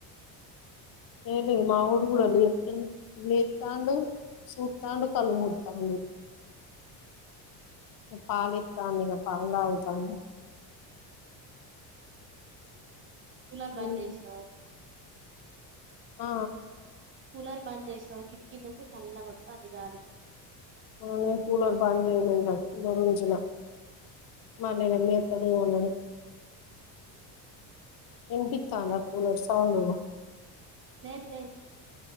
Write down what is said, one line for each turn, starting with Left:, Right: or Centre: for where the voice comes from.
Left: ఏంది ఇగ మా
Right: మబ్బు
Left: వోడు కూడా
Right: పడు
Left: లేతడు లేతండు సుతాండు కలుమూతాండు పాలితాన ఇగ పాలు తాగుతాండు
Right: కూలర్ బంజేసినవు
Left: ఉమ్, ఆ
Right: కూలర్ బంజేసినవు కిటికీ నుంచి చల్లగా వతండి గాలి
Left: నేను కూలర్ బంజేయలే గా <unintelligible> మల్లేడ లేతడో అని ఇనిపితంద కూలర్ సౌండు
Right: లేదు లేదు